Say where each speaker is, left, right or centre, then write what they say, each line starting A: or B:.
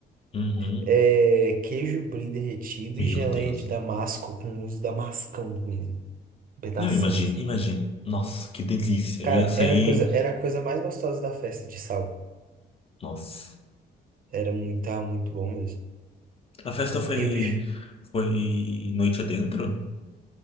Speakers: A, on the left (about 30°); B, on the right (about 45°).
A: Uhum.
B: É, queijo brie derretido
A: Meu
B: e geleia
A: Deus.
B: de damasco com uso damascão mesmo. um Pedação,
A: Não, imagina,
B: assim.
A: imagina. Nossa, que delícia.
B: Cara,
A: Eu ia sair.
B: era a coisa, era a coisa mais gostosa da festa de sal.
A: Nossa.
B: Era muito, tava muito bom mesmo.
A: A festa foi.
B: E o bife
A: Foi noite adentro?